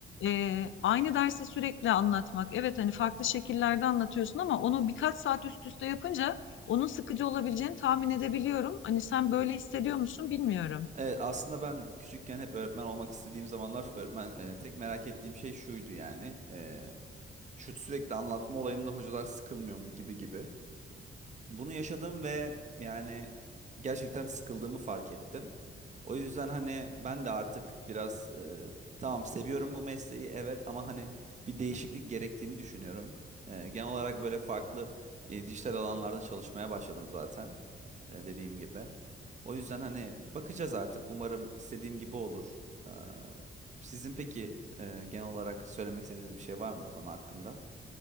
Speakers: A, on the left; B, on the right.
A: Ee, aynı dersi sürekli anlatmak. Evet hani farklı şekillerde anlatıyorsun ama onu birkaç saat üst üste yapınca onun sıkıcı olabileceğini tahmin edebiliyorum. Hani sen böyle hissediyor musun bilmiyorum.
B: Evet, aslında ben küçükken hep öğretmen olmak istediğim zamanlar öğretmen e, tek merak ettiğim şey şuydu yani. E, şu sürekli anlatma olayında hocalar sıkılmıyor mu gibi gibi. Bunu yaşadım ve yani gerçekten sıkıldığımı fark ettim. O yüzden hani ben de artık biraz e, tamam seviyorum bu mesleği evet ama hani bir değişiklik gerektiğini düşünüyorum. E, genel olarak böyle farklı e, dijital alanlarda çalışmaya başladım zaten e, dediğim gibi. O yüzden hani bakacağız artık umarım istediğim gibi olur. E, sizin peki e, genel olarak söylemek istediğiniz bir şey var mı bu konu hakkında?